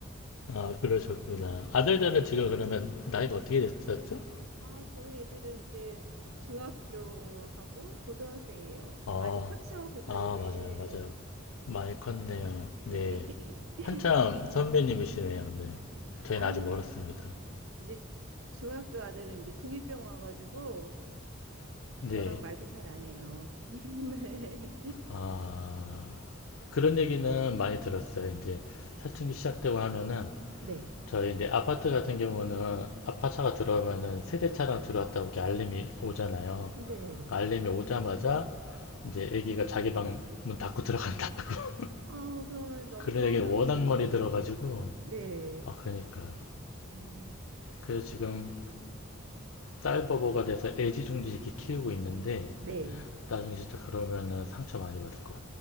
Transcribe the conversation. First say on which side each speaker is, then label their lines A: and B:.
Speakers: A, on the left; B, on the right.
A: 아, 그러셨구나. 아들들은
B: 네.
A: 지금 그러면 나이가 어떻게 됐었죠?
B: 아, 저희 애들은 이제 중학교하고 고등학생이에요.
A: 아,
B: 많이 컸죠, 그 사이에.
A: 아, 맞아요, 맞아요. 많이
B: 음,
A: 컸네요.
B: 네.
A: 네.
B: <laughs>
A: 한참 선배님이시네요. 네. 저희는
B: 아유.
A: 아직 멀었습니다.
B: 이제 중학교 아들은 이제 중2병 와가지고
A: 네.
B: 저랑 말도 잘 안 해요. <laughs> 네.
A: 아, 그런 얘기는 많이 들었어요. 이제 사춘기 시작되고 하면은
B: 네.
A: 저희 이제 아파트 같은 경우는 아파트차가 들어오면은 세대차랑 들어왔다고 이렇게 알림이 오잖아요.
B: 네.
A: 그 알림이 오자마자 이제 애기가 자기 방 문 닫고 들어간다. <laughs>
B: 어, 그럼 너무
A: 그런
B: 서운할
A: 얘기는 워낙
B: 것 같아요.
A: 많이 들어가지고
B: 네.
A: 아 그러니까요.
B: 음,
A: 그래서 지금
B: 그,
A: 딸 바보가 돼서 애지중지 이렇게 키우고 있는데
B: 네.
A: 나중에 진짜 그러면은 상처 많이 받을 것